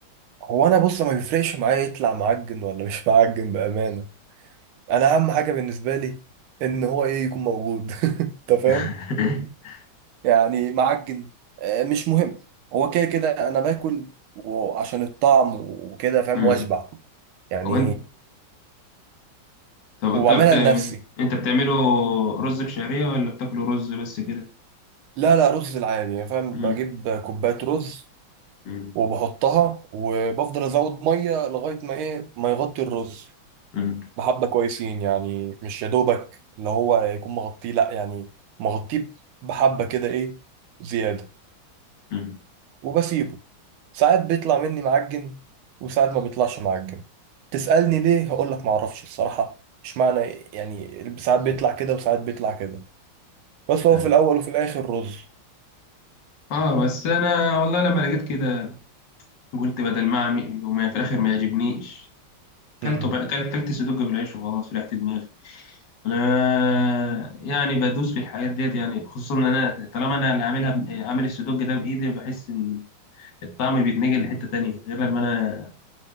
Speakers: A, on the right; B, on the left.
A: هو انا بص ما بيفرقش معايا يطلع معجن ولا مش معجن بامانه انا اهم حاجه بالنسبه لي ان هو ايه يكون موجود <laughs> انت فاهم
B: <laughs>
A: يعني معجن آه، مش مهم هو كده كده انا باكل وعشان الطعم وكده فاهم
B: أمم.
A: واشبع يعني
B: هو أنت طب
A: وبعملها
B: أنت بت...
A: لنفسي
B: أنت بتعمله رز بشعرية ولا بتاكله رز بس كده؟
A: لا لا رز العادي يعني فاهم
B: أمم.
A: بجيب كوبايه رز
B: أمم.
A: وبحطها وبفضل ازود ميه لغايه ما ايه ما يغطي الرز
B: أمم.
A: بحبه كويسين يعني مش يا دوبك اللي هو يكون مغطيه لا يعني مغطيه بحبه كده ايه زياده
B: أمم.
A: وبسيبه ساعات بيطلع مني معجن وساعات ما بيطلعش معجن تسألني ليه هقول لك ما اعرفش الصراحه اشمعنى يعني ساعات بيطلع كده وساعات بيطلع كده بس هو
B: أمم.
A: في الاول وفي الاخر رز
B: آه بس أنا والله لما لقيت كده قلت بدل ما أعمل وما في الآخر ما يعجبنيش
A: امم
B: كلته بقى كلت كلت سدوج بالعيش وخلاص ريحت دماغي انا يعني بدوس في الحاجات ديت يعني خصوصا ان انا طالما انا اللي عاملها ب- عامل السدوج ده بايدي بحس ان الطعم بيتنقل لحته تانية غير لما انا